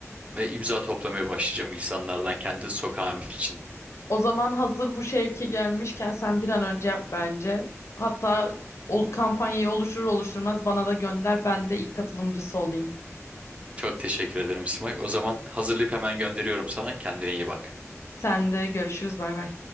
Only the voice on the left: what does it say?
O zaman hazır bu şevke gelmişken sen bir an önce yap bence. Hatta o kampanyayı oluşur oluşturmaz bana da gönder. Ben de ilk katılımcısı olayım.
Sen de görüşürüz. Bay bay.